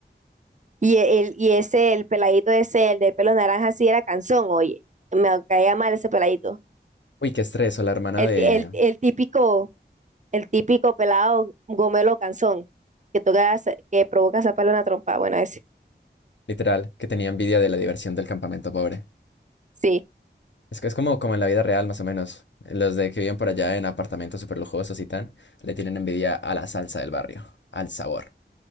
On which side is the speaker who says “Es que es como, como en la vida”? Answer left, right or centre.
Left